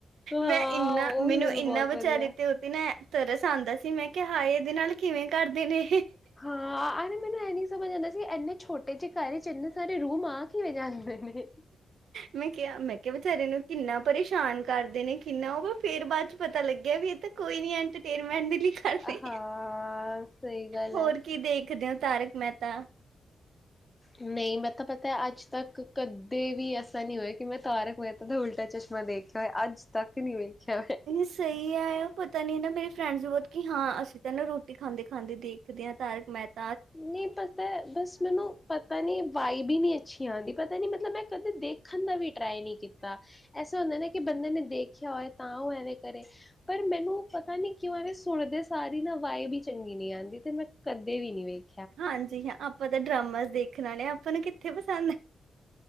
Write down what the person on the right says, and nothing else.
ਮੈਂ
ਇੰਨਾ
ਮੈਨੂੰ ਇੰਨਾ
ਵਿਚਾਰੇ
ਤੇ ਉਹਦੇ ਨਾ ਤਰਸ ਅਦਾ ਸੀ ਮੈਂ ਕਿਹਾ ਇਹਦੇ ਨਾਲ ਕਿਵੇਂ ਕਰਦੇ ਨੇ
ਮੈਂ ਕਿਹਾ ਮੈਂ ਕਿਹਾ ਵਿਚਾਰੇ ਨੂੰ ਕਿੰਨਾ ਪਰੇਸ਼ਾਨ ਕਰਦੇ ਨੇ ਕਿੰਨਾ ਉਹ ਫੇਰ ਬਾਅਦ ਚ ਪਤਾ ਲੱਗਿਆ ਵੀ ਇਹ ਤਾਂ ਕੋਈ ਨੀ ਐੰਟਰਟੇਨਮੈਂਟ ਦੇ ਕਰਦੇ।
ਹੋਰ
ਕੀ ਦੇਖਦੇ ਹੋ ਤਾਰਕ ਮਹਿਤਾ?
ਸਹੀ ਆ ਪਤਾ ਨੀ ਨਾ ਮੇਰੀ ਫਰੈਂਡਸ ਬਹੁ ਕਿ ਹਾਂ ਅਸੀਂ ਤਾਂ ਨਾੂੰ ਰੋਟੀ ਖਾਂਦੇ ਖਾਂਦੇ ਦੇਖਦੇ ਹਾਂ ਤਾਰਕ ਮੇਹਤਾ
ਹਾਂਜੀ ਹਾਂ ਆਪਾਂ ਤਾਂ ਡਰਾਮਾ ਦੇਖ ਦੇਖਣਾ ਨੇ ਆਪਾਂ ਨੂੰ ਕਿੱਥੇ ਪਸੰਦ